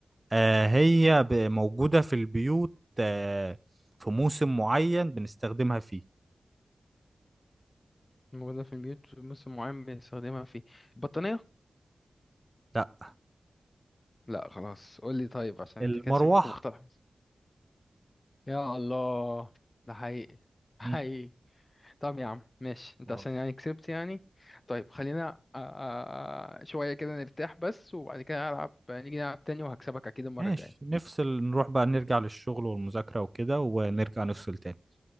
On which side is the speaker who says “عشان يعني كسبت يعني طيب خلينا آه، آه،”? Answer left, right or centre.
Left